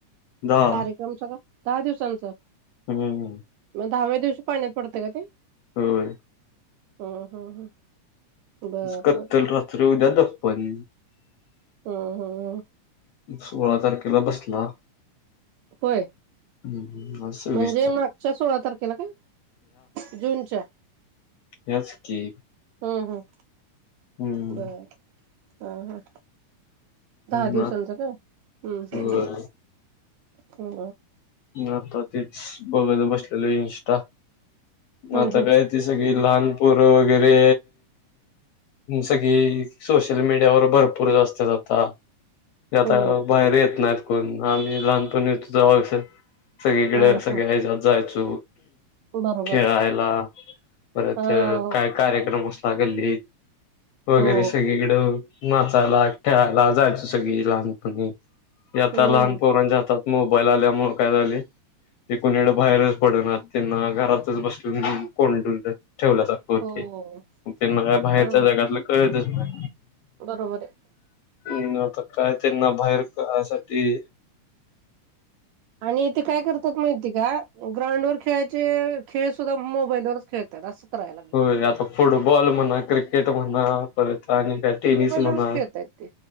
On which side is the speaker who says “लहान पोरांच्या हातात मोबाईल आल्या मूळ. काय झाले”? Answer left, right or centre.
Left